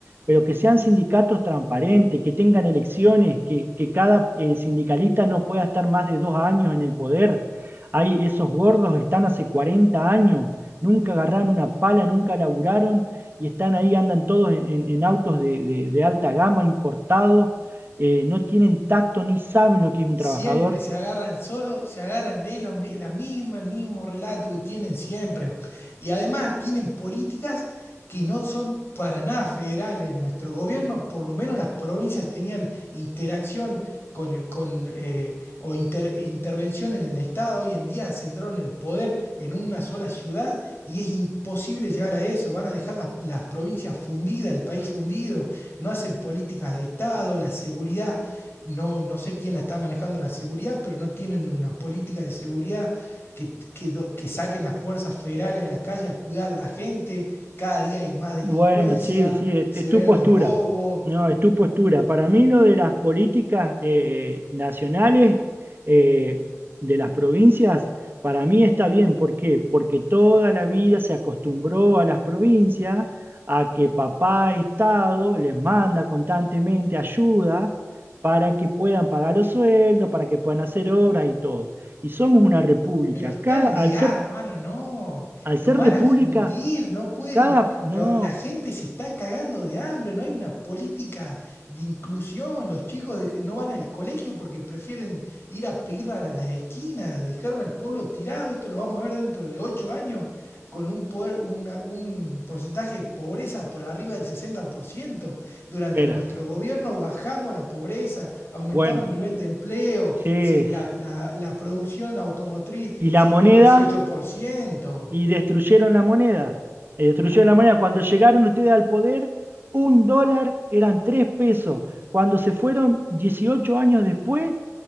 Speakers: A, on the right; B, on the left.
A: Pero que sean sindicatos transparentes, que tengan elecciones, que, que cada eh, sindicalista no pueda estar más de dos años en el poder. Hay esos gordos están hace 40 años, nunca agarraron una pala, nunca laburaron y están ahí, andan todos en, en- en autos de de- de alta gama importados eh, no tienen tacto ni saben lo que es un
B: Siempre
A: trabajador.
B: se agarran solo, se agarran de los mi- la misma, el mismo relato que tienen siempre. Y además tienen políticas que no son para nada federales. Nuestro gobierno, por lo menos las provincias tenían interacción con, el- con eh, o inter- intervención en el Estado. Hoy en día centraron el poder en una sola ciudad y es imposible llegar a eso. Van a dejar las, las provincias fundidas, el país fundido. No hacen políticas de Estado, la seguridad. No, no sé quién la está manejando la seguridad, pero no tienen una política de seguridad que, que do- que saquen las fuerzas federales a la calle a cuidar a la gente. Cada día hay más delincuencia,
A: Bueno, sí, sí, es,
B: se
A: es tu
B: ven
A: postura.
B: los robos.
A: No, es tu postura. Para mí lo de las políticas eh, eh, nacionales eh, de las provincias, para mí está bien. ¿Por qué? Porque toda la vida se acostumbró a las provincias a que papá Estado les manda constantemente ayudas para que puedan pagar los sueldos, para que puedan hacer obras y todo. Y somos una república.
B: Pero están
A: Cada, al
B: negados,
A: ser
B: hermano, no,
A: Al
B: nos
A: ser
B: van
A: república,
B: a fundir, no pueden,
A: cada...
B: lo-
A: No,
B: la gente se está cagando de hambre, no hay una política de inclusión, los chicos dej- no van al colegio porque prefieren ir a pedir a la esquina, dejaron al pueblo tirado, esto lo vamos a ver dentro de ocho años, con un, poder- una- un porcentaje de pobreza por arriba del sesenta por ciento Durante
A: espera.
B: nuestro gobierno bajamos la pobreza, aumentamos
A: Bueno,
B: el nivel de empleo,
A: sí.
B: se- la, la- la producción automotriz
A: Y la
B: subió
A: moneda,
B: un 18%.
A: y destruyeron la moneda. Y destruyeron la moneda. Cuando llegaron ustedes al poder, un dólar eran tres pesos. Cuando se fueron 18 años después,